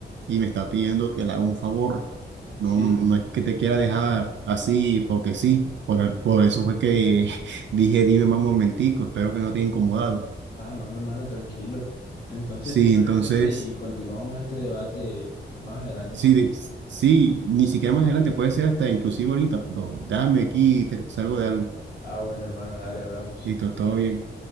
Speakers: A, on the right; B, on the left.
A: y me está pidiendo que le haga un favor. No,
B: sí.
A: no es que te quiera dejar así porque sí. Por, el- por eso fue que <laughs> dije, dime mamá un momentico, espero que no te haya incomodado.
B: Ah, no, hermano, tranquilo. Entonces,
A: Sí,
B: ¿te parece
A: entonces,
B: si continuamos este debate más adelante?
A: sí, de- sí, ni siquiera más adelante, puede ser hasta inclusive ahorita, pero dame aquí, te, salgo de algo.
B: Ah, bueno, hermano, dale, hablamos.
A: Listo, todo bien.